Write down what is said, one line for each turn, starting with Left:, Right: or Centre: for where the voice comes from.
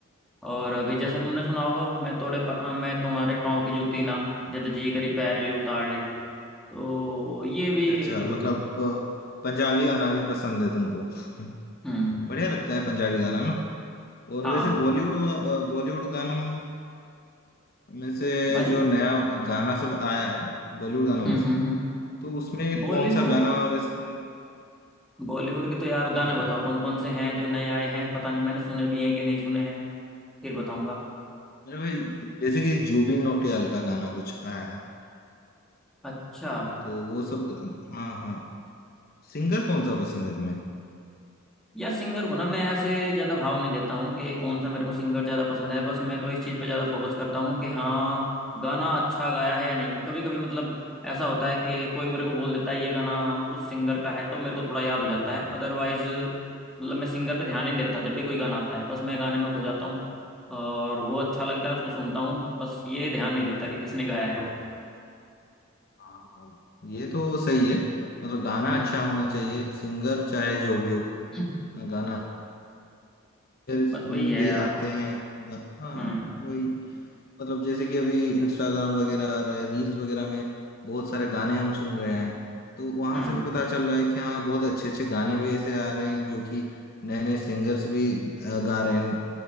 Centre: और अभी जैसे तुमने सुना होगा मैं तोड़े प- मैं तुम्हारे पाँव की जूती ना जद जी करी पैर ली उतार ली तो ये भी
Left: अच्छा अच्छा,
Centre: एक
Left: मतलब अ, पंजाबी गाना भी पसंद है तुमको <laughs>
Centre: हम्म
Left: बढ़िया लगता है पंजाबी गाना ना और
Centre: हाँ
Left: वैसे बॉलीवुड बॉलीवुड गानों में से
Centre: भाई
Left: जो नया गाना सब आया है बॉलीवुड गानों
Centre: हम्म
Left: में से
Centre: हम्म हम्म
Left: तो उसमें
Centre: बॉलीवुड
Left: कौन सा गाना वैसे तुम
Centre: बॉलीवुड के तो यार गाने
Left: हाँ हाँ
Centre: बताओ कौन कौन से हैं जो नए आए हैं पता नहीं मैंने सुने भी हैं कि नहीं सुने हैं फिर बताऊंगा
Left: अरे भाई जैसे कि जुबिन नौटियाल का गाना कुछ आया है
Centre: अच्छा
Left: तो वो सब हाँ हाँ सिंगर कौन सा पसंद है तुम्हें
Centre: यार सिंगर को ना मैं ऐसे ज्यादा भाव नहीं देता हूँ कि कौन सा मेरे को सिंगर ज्यादा पसंद है बस मैं तो इस चीज पे ज्यादा फोकस करता हूँ कि हाँ गाना अच्छा गाया है या नहीं कभी कभी मतलब ऐसा होता है कि कोई मेरे को बोल देता है ये गाना उस सिंगर का है तो मेरे को थोड़ा याद हो जाता है अदरवाइज मतलब मैं सिंगर पे ध्यान ही नहीं देता जब भी कोई गाना आता है बस मैं गाने में खो जाता हूँ और वो अच्छा लगता है उसको सुनता हूँ बस ये ध्यान नहीं देता कि किसने गाया है वो
Left: हाँ हाँ, ये तो सही है मतलब गाना
Centre: हम्म
Left: अच्छा होना चाहिए सिंगर चाहे जो भी हो
Centre: <clears throat>
Left: गाना रील्स
Centre: बस वही है
Left: भी
Centre: यार
Left: आते हैं ब- हाँ
Centre: हम्म
Left: वही मतलब जैसे कि अभी इंस्टाग्राम वगैरह आ रहा है रील्स वगैरह में बहुत सारे गाने हम सुन रहे हैं तो वहां
Centre: हम्म
Left: से भी पता चल रहा है कि हाँ बहुत अच्छे अच्छे गाने भी ऐसे आ रहे हैं जो कि नए नए सिंगर्स भी अ, गा रहे हैं